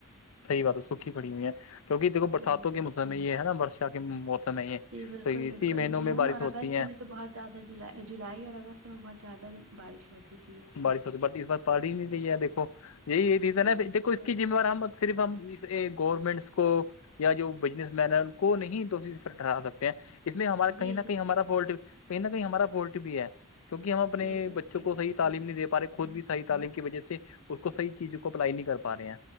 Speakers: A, on the left (about 85°); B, on the right (about 75°).
A: صحی بات ہے سوکھی پڑی ہوئی ہے کیونک دیکھ برساتوں
B: جی
A: کے موسم میں یہ ہے نا برشا کے موسم س ہے
B: جی بالکل
A: تو اسی
B: بالکل
A: مہینوں
B: جون
A: میں بارش
B: اور
A: ہوتی
B: اگست
A: ہے
B: میں تو بہت زیادہ جولائی جلائی اور اگست میں بہت زیادہ بارش ہوتی تھی
A: بارش ہوتی ب اس بار پڑ ہی نہیں رہی ہے دیکو یہی ریزن ہے
B: جی بالکل
A: دیکو اس کی مہوار ہم صرف ہم گورمنٹس کو یا جو بزنس مین ہے ان کو نہیں تو ٹہرا سکتے ہیں اس میں ہمارا
B: جی
A: کہیں نہ
B: جی
A: کہیں ہمارا فالٹ کہیں نہ کہیں ہمارا فالٹ بھی ہے کیونکہ ہم اپنے
B: جی بالکل
A: بے بچوں کو صحیح
B: بالکل
A: تعلیم نہیں دے پہ رہے خود بھی صحیح تعلیم کی بجا وجہ سے اس کو صحیح چیزوں کو اپلائی نہیں کر پا رہے ہیں